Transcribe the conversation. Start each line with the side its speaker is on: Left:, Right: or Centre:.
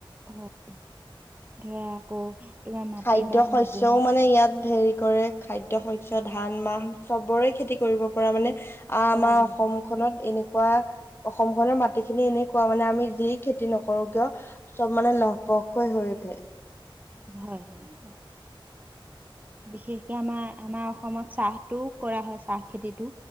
Right: হয় ধৰা আকৌ তোমাৰ মাটিমাহ
Left: খাদ্য শস্যও
Right: মগুমাহ
Left: মানে ইয়াত হেৰি কৰে খাদ্য শস্যৰ
Right: হয়
Left: ধান মাহ চবৰে খেতি কৰিব পৰা মানে আ
Right: কৰা
Left: আমাৰ
Right: যায়
Left: অসমখন অসমখনত এনেকুৱা অসম খনৰ মাটিখিনি এনেকুৱা মানে আমি যি খেতি নকৰো কিয়? চব মানে লহপহকৈ হৈ উঠে।
Right: হয়-হয় -হয়। বিশেষকে আমাৰ আমাৰ অসমত চাহটোও কৰা হয় চাহ খেতিটো।